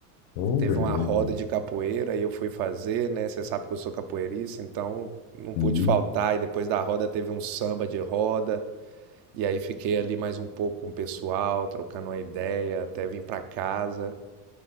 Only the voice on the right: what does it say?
Teve
uma roda de capoeira e eu fui fazer, né? Você sabe que eu sou capoeirista, então não pude
faltar. E depois da roda teve um samba de roda. E aí fiquei ali mais um pouco com o pessoal, trocando uma ideia, até vim para casa.